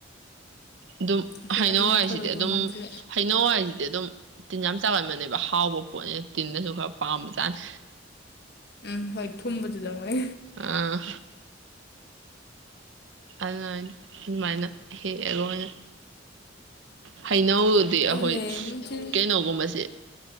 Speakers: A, on the right; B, on the left.
A: ꯑꯗꯨꯝ
B: ꯑꯁꯦ
A: ꯍꯩꯅꯧ
B: ꯑꯗꯨꯅ
A: ꯍꯥꯏꯁꯤꯗꯤ
B: ꯐꯗꯧꯗꯧ
A: ꯑꯗꯨꯝ
B: ꯃꯥꯟꯗꯦ
A: ꯍꯩꯅꯧ ꯍꯥꯏꯁꯤꯗꯤ ꯑꯗꯨꯝ ꯇꯤꯟ ꯌꯥꯝ ꯆꯥꯛꯂꯝꯟꯕꯅꯦꯕ ꯍꯥꯎꯕ ꯄꯣꯠꯅꯦ ꯇꯤꯟꯟꯅꯁꯨ ꯈꯔ ꯄꯥꯝꯕꯖꯥꯅꯤ
B: ꯎꯝ ꯍꯣꯏ ꯊꯨꯝꯕꯗꯨꯗ ꯃꯣꯏ
A: ꯑ ꯑꯗꯨꯃꯥꯏ ꯑꯗꯨꯃꯥꯏꯅ ꯍꯦꯛꯑꯒ ꯑꯣꯏꯅ ꯍ ꯏꯩꯅꯧꯗꯤ ꯑꯩꯈꯣꯏ
B: ꯑꯗꯨꯅꯦ ꯅꯨꯡꯊꯤꯜ
A: ꯀꯩꯅꯣꯒꯨꯝꯕꯁꯦ